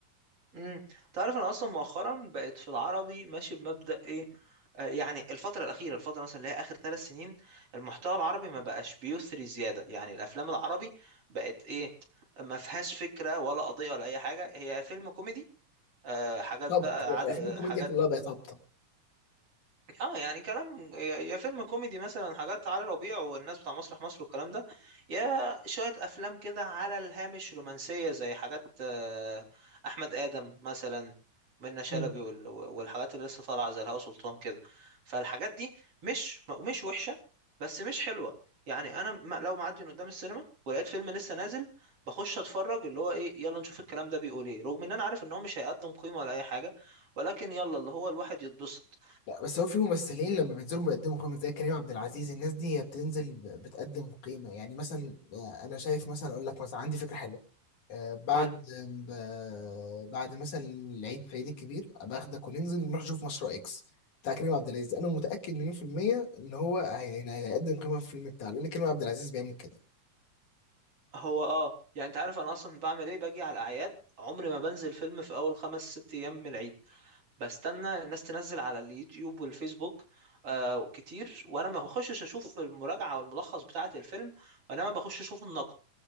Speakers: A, on the right; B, on the left.
A: امم تعرف انا اصلا مؤخرا بقيت في العربي ماشي بمبدأ ايه آه يعني الفترة الأخيرة الفترة مثلا اللي هي آخر ثلاث سنين المحتوى العربي ما بقاش بيثري زيادة يعني الأفلام العربي بقت إيه ما فيهاش فكرة ولا قضية ولا أي حاجة هي فيلم كوميدي آه حاجات
B: هبط
A: بقى
B: الافلام
A: عادي آه،
B: الكوميديا
A: حاجات
B: كلها بقت هابطه
A: اه يعني كلام يا يا فيلم كوميدي مثلا حاجات علي ربيع والناس بتاع مسرح مصر والكلام ده يا شوية افلام كده على الهامش رومانسية زي حاجات آه، احمد ادم مثلا منة شلبي
B: مم.
A: وال- والحاجات اللي لسه طالعة زي الهوا سلطان كده فالحاجات دي مش مش وحشة بس مش حلوة يعني انا ما- لو معدي من قدام السينما ولقيت فيلم لسه نازل بخش اتفرج اللي هو ايه يلا نشوف الكلام ده بيقول ايه رغم ان انا عارف ان هو مش هيقدم قيمة ولا اي حاجة ولكن يلا اللي هو الواحد يتبسط
B: لا بس هو في ممثلين لما بينزلوا بيقدموا قيمة زي كريم عبد العزيز الناس دي هي بتنزل ب- بتقدم قيمة يعني مثلا آه، أنا شايف مثلا أقول لك مثلا عندي فكرة حلوة آه، بعد
A: قول
B: ب- بعد مثلا العيد في العيد الكبير أبقى أخدك وننزل نروح نشوف مشروع إكس بتاع كريم عبد العزيز أنا متأكد مليون في المية إن هو هي- هيقدم قيمة في الفيلم بتاعه لأن كريم عبد العزيز بيعمل كده
A: هو اه يعني انت عارف انا اصلا بعمل ايه باجي على الاعياد عمري ما بنزل فيلم في اول خمس ست ايام من العيد بستنى الناس تنزل على اليوتيوب والفيسبوك آه كتير وانا ما بخشش اشوف المراجعه والملخص بتاعه الفيلم وانما بخش اشوف النقد